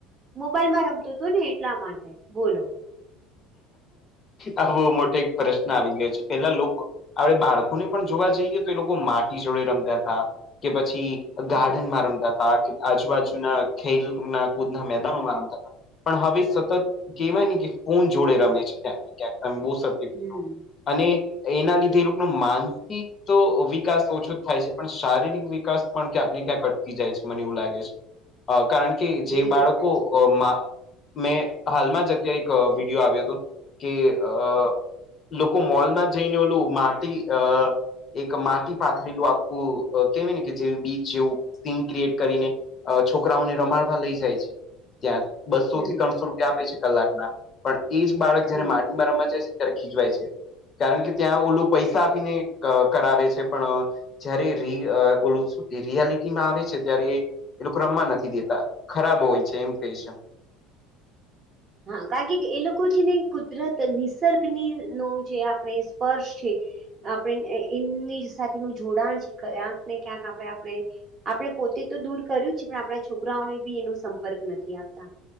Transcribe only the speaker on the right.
મોબાઈલમાં રમતોતો ને એટલા માટે બોલ
હમ
હમ્મ.
નહી
સાચું
હમ
હમ
હા કારણ કે એ લોકો છે ને કુદરત નિસર્ગનીનો જે આપણે સ્પર્શ છે. આપણે એ એની સાથેનું જોડાણ શી ક્યાંકને ક્યાંક આપણે આપણે આપણે પોતે તો દૂર કર્યું છે પણ આપણાં છોકરાઓને બી એનો સંપર્ક નથી આપતાં.